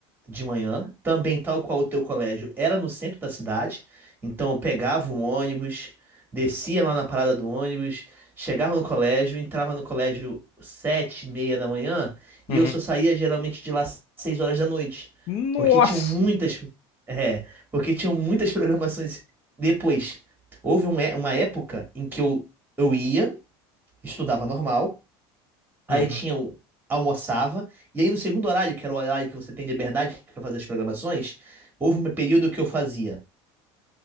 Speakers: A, on the right (about 15°); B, on the left (about 50°).
A: de manhã, também tal qual o teu colégio era no centro da cidade, então eu pegava o ônibus, descia lá na parada do ônibus, chegava no colégio, entrava no colégio sete e meia da manhã e
B: Uhum.
A: eu só saía geralmente de lá seis horas da noite,
B: Nossa!
A: porque tinham muitas, é, porque tinham muitas <laughs> programações depois. Houve um é- uma época em que eu, eu ia, estudava normal aí
B: Uhum.
A: tinha o- almoçava, e aí no segundo horário, que era o horário que você tem liberdade para fazer as programações, houve um período que eu fazia